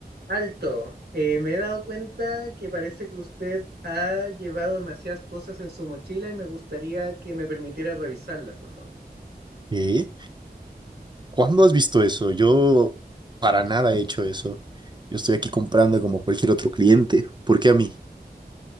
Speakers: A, on the right; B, on the right.
A: Alto, eh, me he dado cuenta que parece que usted ha llevado demasiadas cosas en su mochila y me gustaría que me permitiera revisarlas, por favor.
B: ¿Eh? ¿Cuándo has visto eso? Yo para nada he hecho eso. Yo estoy aquí comprando como cualquier otro cliente. ¿Por qué a mí?